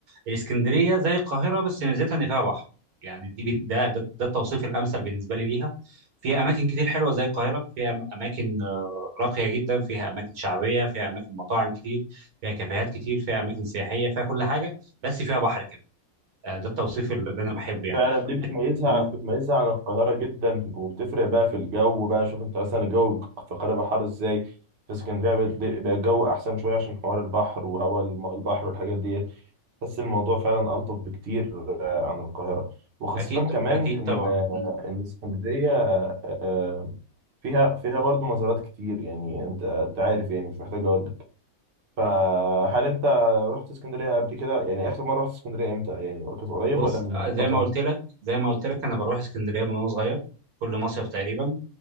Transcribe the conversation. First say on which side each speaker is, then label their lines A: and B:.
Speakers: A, on the right (about 80°); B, on the right (about 50°).
A: اسكندريه زي القاهره بس ميزتها ان فيها بحر يعني دي بن- ده ده, ده التوصيف الامثل بالنسبه لي ليها فيها اماكن كتير حلوه زي القاهره فيها أم- اماكن آه، راقيه جدا فيها اماكن شعبيه فيها اماكن مطاعم كتير فيها كافيهات كتير فيها اماكن سياحيه فيها كل حاجه بس فيها بحر آه، ده التوصيف اللي انا بحبه يعني
B: فعلا دي
A: لك-
B: بتميزها
A: مم،
B: بتميزها عن القاهره جدا وبتفرق بقى في الجو بقى شوف انت مثلا الجو في القاهره بقى حر ازاي في اسكندريه بيت- بقى الجو احسن شويه عشان حوار البحر وهواء الم- البحر والحاجات ديت بس الموضوع فعلا الطف بكتير آه، عن القاهره وخاصه
A: اكيد
B: كمان
A: اكيد
B: ان
A: طبعا
B: آه،
A: مم.
B: ان اسكندريه آه، فيها فيها برضو مزارات كتير يعني انت انت عارف يعني مش محتاج اقول لك فهل انت رحت اسكندريه قبل كده يعني اخر مره رحت اسكندريه امتى يعني كانت قريب
A: بص
B: ولا من
A: آه، زي
B: فتره
A: ما قلت لك زي ما قلت لك انا بروح اسكندريه من وانا صغير كل مصيف تقريبا